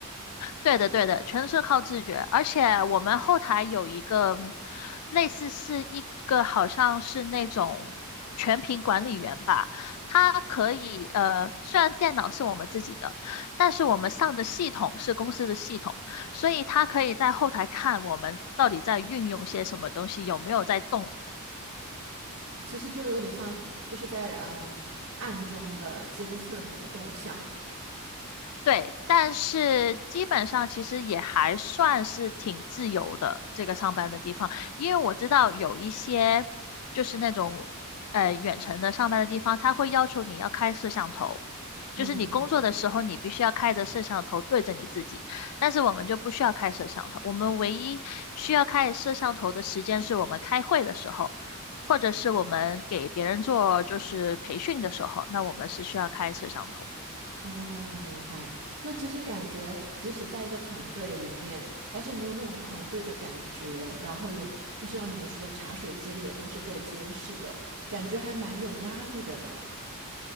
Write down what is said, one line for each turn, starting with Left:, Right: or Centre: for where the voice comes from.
Left: 对的，对的，全是靠自觉。而且我们后台有一个嗯类似是一个好像是那种全屏管理员吧，他可以呃，虽然电脑是我们自己的，但是我们上的系统是公司的系统，所以他可以在后台看我们到底在运用些什么东西，有没有在动
Right: 其实就有点像，就是在嗯暗中的监测你的动向。
Left: 对，但是基本上其实也还算是挺自由的，这个上班的地方，因为我知道有一些就是那种呃远程的上班的地方，他会要求你要开摄像头，就是你工作的时候你必须要开着摄像头对着你自己，
Right: 嗯嗯
Left: 但是我们就不需要开摄像头，我们唯一需要开摄像头的时间是我们开会的时候，或者是我们给别人做就是培训的时候，那我们是需要开摄像头。
Right: 哦，明白。那其实感觉，即使在一个团队里面，但是没有那种团队的感觉，然后也就是像你们说的茶水间也都是被监视的，感觉还蛮有压力的呢。